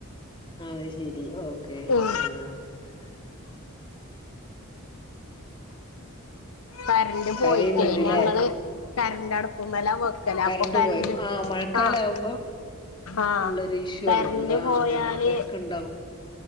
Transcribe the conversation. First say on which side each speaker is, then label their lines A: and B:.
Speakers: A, on the left; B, on the left.
A: അഹ്ശെരി ഓക്കേ
B: ഉം
A: ആഹ്
B: കരണ്ട്
A: കരയുന്നുണ്ട്ല്ലേ
B: പോയിട്ടേ ഞങ്ങള് കരണ്ട് അടുപ്പമ്മലാ വെ ക്കല്
A: കരണ്ട്
B: അപ്പൊക്കരണ്ട്
A: പോയോ ആ മഴക്കാലം
B: ആഹ്
A: ആവുമ്പോ
B: ആഹ്
A: ഉള്ളൊരു ഇഷ്യൂ
B: കരണ്ട്
A: ആണിത് ആ
B: പോയാല്
A: അതന്നെ ഇടക്കിടക്ക് ഉണ്ടാവും